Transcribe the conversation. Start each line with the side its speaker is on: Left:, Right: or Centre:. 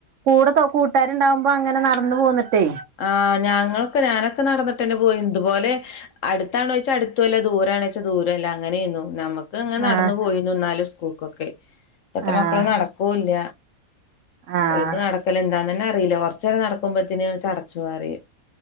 Right: കൂടെ കൂട്ടാരുണ്ടാകുമ്പോ അങ്ങനെ നടന്നു പോന്നിട്ടേ
Left: ആഹ് ഞങ്ങൾക്കെ ഞാനൊക്കെ നടന്നിട്ട് തന്നെ പോയീനിയേ ഇതുപോലെ അട്ത്താണോയ്ച്ചാൽ അടുത്തുംല്ല ദൂരെ ആണോച്ചാ ദൂരുംല്ല അങ്ങനേയ്ന്നു നമ ക്കെ ഇങ്ങനെ നട്ന്നു
Right: ആഹ്
Left: പോയനു ഇന്നാലും സ്കൂൾക്കൊക്കെ ഇപ്പത്തെ
Right: ആഹ്
Left: മക്കള് നടക്കൂല്ല
Right: ആഹ്
Left: ഓൽക്ക് നടക്കല് എന്താന്നന്നെ അറിയില്ല കൊറച്ച് നേരം നടക്കുമ്പത്തിന് ചടച്ചു പറിയും